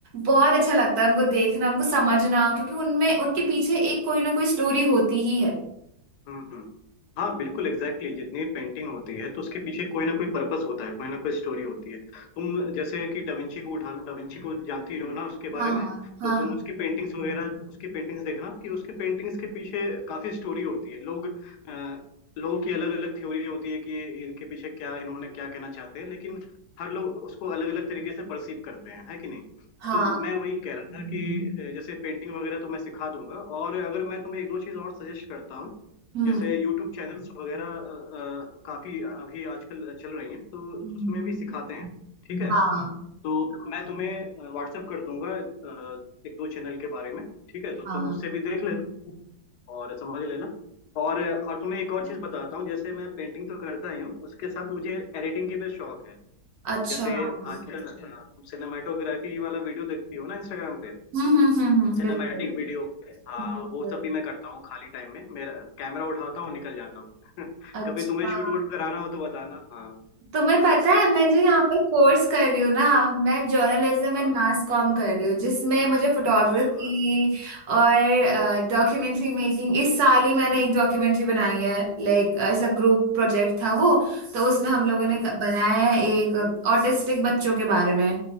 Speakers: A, on the right; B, on the left.
A: बहुत अच्छा लगता है उनको देखना उनको समझना क्योंकि उनमें उनके पीछे एक कोई ना कोई स्टोरी होती ही है
B: हम्म हम्म। हाँ बिल्कुल एग्जैक्टली exactly. जितनी पेंटिंग होती है तो उसके पीछे कोई ना कोई पर्पस होता है कोई ना कोई स्टोरी होती है तुम जैसे कि डाविंची को उठा लो डाविंची को जानती हो ना उसके बारे
A: हाँ हाँ
B: में
A: हाँ
B: तो तुम
A: हाँ
B: उसकी पेंटिंग्स वगैरह उसकी पेंटिंग्स देखना कि उसकी पेंटिंग्स के पीछे काफी स्टोरी होती है लोग अ, लोगों की अलग अलग थ्योरी होती है कि इनके पीछे क्या इन्होंने क्या कहना चाहते हैं लेकिन हर लोग उसको अलग अलग तरीके से परसीव करते हैं है कि नहीं
A: हाँ
B: तो मैं वही कह रहा था कि अ, जैसे पेंटिंग वगैरह तो मैं सिखा दूंगा और अगर मैं तुम्हें एक दो चीज और सजेस्ट करता हूँ
A: हम्म
B: जैसे यूट्यूब चैनल्स वगैरह अ, अ, काफी अभी आजकल चल रही हैं तो
A: हम्म,
B: उसमें भी सिखाते हैं ठीक है
A: हाँ
B: तो मैं तुम्हें व्हाट्सएप कर दूंगा अ, एक दो चैनल के बारे में ठीक है तो
A: हाँ
B: तुम
A: हाँ
B: उससे भी देख लेना और समझ लेना और और तुम्हें एक और चीज बताता हूँ जैसे मैं पेंटिंग तो करता ही हूँ उसके साथ मुझे एडिटिंग के भी शौक है
A: अच्छा
B: जैसे
A: हम्म
B: आजकल अ, तुम सिनेमाटोग्राफी वाला वीडियो देखती हो ना इंस्टाग्राम पे
A: हम्म हम्म हम्म
B: सिनेमैटिक
A: बिल्कुल
B: वीडियो हाँ
A: बिल्कुल
B: वो सब भी मैं करता हूँ खाली टाइम में मेरा कैमरा उठाता हूँ निकल जाता हूँ <laughs>
A: अच्छा
B: कभी तुम्हें शूट वूट कराना हो तो बताना हाँ
A: तुम्हें पता है मैं जो यहाँ पे कोर्स कर रही हूँ ना मैं जर्नलिज्म
B: हाँ,
A: एंड मास कॉम कर रही हूँ जिसमें मुझे फोटोग्राफी
B: अरे वाह
A: और डॉक्यूमेंट्री मेकिंग इस साल ही मैंने एक डॉक्यूमेंट्री बनाई है लाइक ऐसा ग्रुप प्रोजेक्ट था वो तो उसमें हम लोगों ने
B: हम्म
A: क-
B: हम्म।
A: बनाया है एक ऑटिस्टिक बच्चों के बारे में